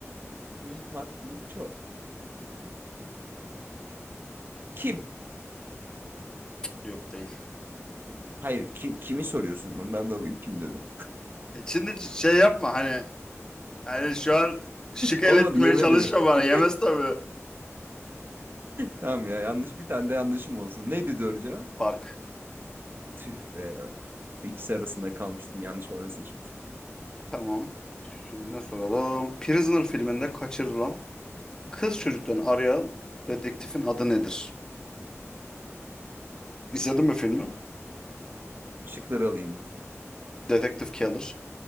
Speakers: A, on the right (about 45°); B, on the left (about 15°).
A: Kim
B: Yani
A: Park Lee Cho. Kim?
B: yok değil.
A: Hayır kim kimi soruyorsun? Ondan dolayı kim dedim.
B: E, Şimdi şey yapma hani Yani şu an şık el
A: Olmadı
B: eletmeye
A: yemedi
B: çalışma
A: mi?
B: bana.
A: <laughs>
B: Yemez tabii.
A: Tamam ya yanlış bir tane de yanlışım olsun. Neydi doğru cevap?
B: Park.
A: Tüh be. İkisi arasında kalmıştım. Yanlış olanı seçmişim.
B: Tamam. Şimdi ne soralım? Prisoner filminde kaçırılan kız çocuktan arayan dedektifin adı nedir? İzledin mi filmi?
A: Şıkları alayım lütfen.
B: Dedektif Keller,